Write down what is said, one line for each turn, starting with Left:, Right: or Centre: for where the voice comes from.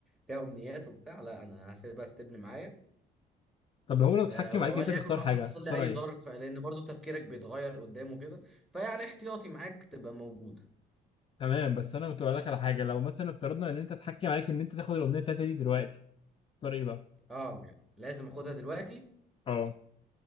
Centre: فيها امنيات وبتاع لا انا هسيبها ستبن معايا
Left: طب هو لو اتحكم
Centre: أه وليكن
Left: عليك أنت تختار
Centre: مثلا
Left: حاجة
Centre: حصل
Left: تختار
Centre: لي اي
Left: إيه؟
Centre: ظرف لان برضو تفكيرك بيتغير قدامه كده فيعني احتياطي معاك تبقى موجوده
Left: تمام بس انا كنت بقول لك على حاجه لو مثلا افترضنا ان انت اتحكم عليك ان انت تاخد الاغنيه التالته دي دلوقتي تختار ايه بقى
Centre: اه يعني لازم اخدها دلوقتي
Left: اه